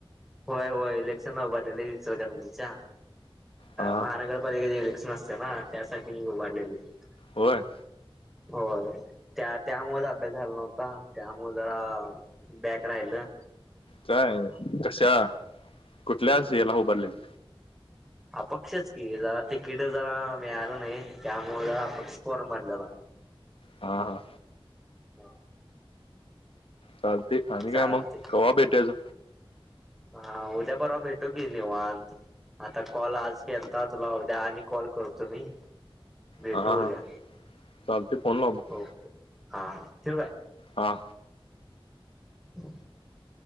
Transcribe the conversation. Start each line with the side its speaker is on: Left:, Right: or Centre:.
Centre: होय होय इलेक्शनला उभरलेले इचलकरंजीच्या,
Left: हा
Centre: महानगरपालिकेचे इलेक्शन अस चना त्यासाठी उभारलेलीत.
Left: होय.
Centre: होय, त्या- त्यामुळेच अभ्यास झाला नव्हता त्यामुळे जरा बॅक राहिल.
Left: काय कशा, कुठल्याच याला उभारलेली
Centre: अपक्षच की जरा तिकीट जरा मिळालं नाही त्यामुळे जरा अपक्ष फॉर्म भरलेला.
Left: हा हा.
Centre: हा.
Left: चालतय आणि
Centre: चालते
Left: काय मग, कवा भेटायचं?
Centre: हा उद्या परवा भेटू की निवांत. आता कॉल आज केलता तुला उद्या आणि कॉल करतो मी. भेटू
Left: हा हा
Centre: द्या,
Left: चालते फोन लाव मग
Centre: ओके, हा हा ठेऊ काय?
Left: हा.
Centre: <inaudible>